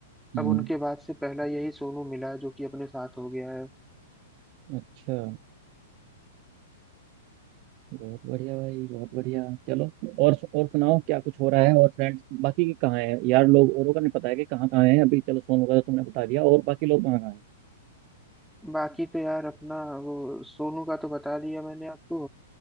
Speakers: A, on the right (about 40°); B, in the centre.
A: हम्म
B: अब उनके बाद से पहला यही सोनू मिला जो कि अपने साथ हो गया है
A: अच्छा बहुत बढ़िया भाई बहुत बढ़िया चलो और और सुनाओ क्या कुछ हो रहा है और फ्रेंड्स बाकी के कहाँ है यार लोग औरों का नहीं पता है कि कहाँ कहाँ है अभी चलो सोनू का तो तुमने बता दिया और बाकी लोग कहाँ कहाँ है
B: बाकी तो यार अपना वो सोनू का तो बता दिया मैंने आपको